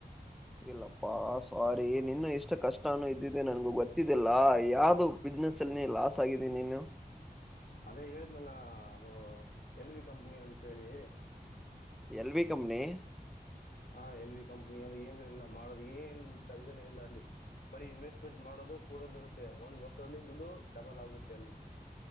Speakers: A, in the centre; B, on the left.
A: ಇಲ್ಲಪ್ಪಾ ಸಾರಿ ನಿನು ಇಷ್ಟ ಕಷ್ಟಾನೂ ಇದ್ದಿದೆ ನನ್ಗು ಗೊತ್ತಿದ್ದಿಲ್ಲ ಯಾವ್ದು ಬಿಸ್ನೆಸ್ ಅಲ್ಲಿ ನೀ ಲಾಸ್ ಆಗಿದ್ದೀನಿ ನೀನು
B: ಅದೇ ಹೇಳಿದ್ ನನ್ನ ಅದು ಎಲ್ ವಿ ಕಂಪನಿ ಅಂತ ಹೇಳಿ
A: ಎಲ್ ವಿ ಕಂಪನಿ
B: ಹ ಎಲ್ ವಿ ಕಂಪ್ನಿ ಅದು ಏನು ಇಲ್ಲ ಮಾಡೋದು್ ಏನ್ ತಗ್ದನೇ ಇಲ್ಲ ಅಲ್ಲಿ ಬರೀ ಇನ್ವೆಸ್ಟ್ಮೆಂಟ್ ಮಾಡೋದು ಕೂಡದ ಇರುತ್ತೆ ಒಂದ್ ವರ್ಷದಲ್ಲಿ ದುಡ್ಡು ಡಬಲ್ ಆಗುತ್ತೆ ಅಲ್ಲಿ